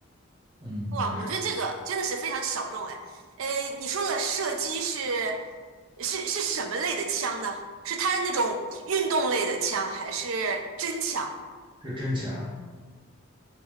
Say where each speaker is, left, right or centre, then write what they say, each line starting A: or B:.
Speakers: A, on the right (about 20°); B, on the right (about 70°).
A: 嗯，
B: 哇，
A: 就是
B: 我觉得这个真的是非常小众哎。呃，你说的射击是是是什么类的枪呢？是它那种运动类的枪，还是真枪？
A: 是真枪，